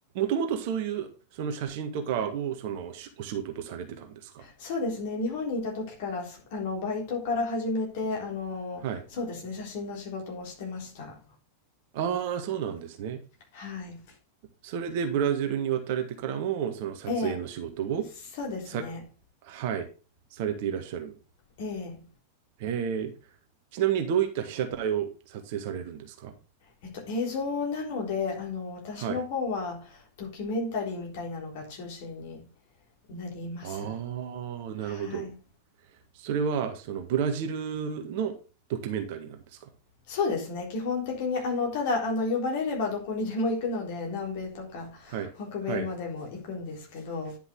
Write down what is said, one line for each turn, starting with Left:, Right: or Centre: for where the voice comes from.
Right: ともとそういう、その写真とかを、その、しお仕事とされてたんですか。
Left: そうですね、日本にいた時から、すあの、バイトから始めて、あの、
Right: はい。
Left: そうですね、写真の仕事をしてました。
Right: ああ、そうなんですね。
Left: はい。
Right: それでブラジルに渡れてからも、その撮影の仕事を
Left: ええ、そうですね。
Right: さ、はい、されていらっしゃる。
Left: ええ、
Right: えー、ちなみにどういった被写体を撮影されるんですか
Left: えっと、映像なので、あの、私の方はドキュメンタリーみたいなのが中心に
Right: はい。
Left: なります。
Right: ああ、
Left: はい。
Right: なるほど。それは、そのブラジルのドキュメンタリーなんですか
Left: そうですね、基本的にあの、ただあの、呼ばれればどこにでも行くので、<laughs> 南米とか北米までも行くんですけど、
Right: はい、はい。